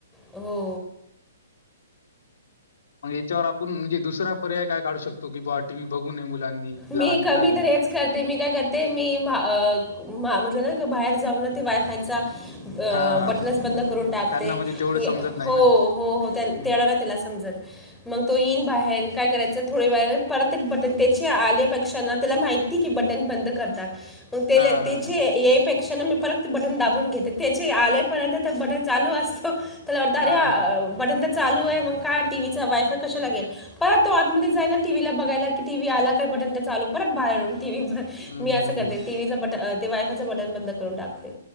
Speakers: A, in the centre; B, on the left (about 60°).
A: हो
B: मग याच्यावर आपण म्हणजे दुसरा पर्याय काढू शकतो की बा टी व्ही बघूये मुलांनी.
A: मी
B: लहान
A: का
B: मुलांनी.
A: मी तर हेच मी काय करते मी काय करते, मी म्हटल ना बाहेर जाऊन ना ते वायफायचा
B: हां,
A: बटनच बंद करून टाकते.
B: त्यांना म्हणजे तेवढं समजत नाही
A: हो
B: ना.
A: हो हो तेवढ
B: हं.
A: नाही त्याला समजत. मग तो येईन बाहेर. काय करायच थोडे वेळने परत बटन तेच आल्या पेक्षा ना त्याला माहितीये की बटन बंद करतात. मग तेला
B: हां, हां,
A: तेची
B: हां.
A: यापेक्षा ना मी परत बटन दाबून घेते. त्याचे आल्यापर्यंत तर बटन चालू असतो. त्याला वाट अरे
B: हां.
A: बटन तर चालू आहे. मग का टी व्हीचा वायफाय कशाला गेला. हा तो आतमध्ये जाय ना टीव्हीला बघायला की टीव्ही आला बटन तर चालू, परत बाहेरून टीव्ही ब
B: हं,
A: मी अस
B: हं.
A: करते टीव्हीच बटन ते वायफायच बटन बंद करून टाकते.